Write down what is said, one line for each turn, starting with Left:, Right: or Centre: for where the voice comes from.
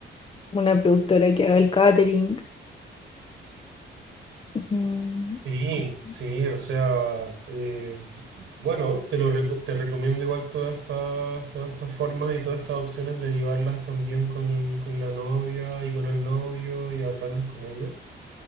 Left: una productora que haga el catering. Mm,
Right: Sí,
Left: o sea,
Right: sí, o sea, eh, bueno, te lo reco- te recomiendo igual todas estas, todas estas formas y todas estas opciones de llevarlas también con, con la novia y con el novio y hablarlas con ella.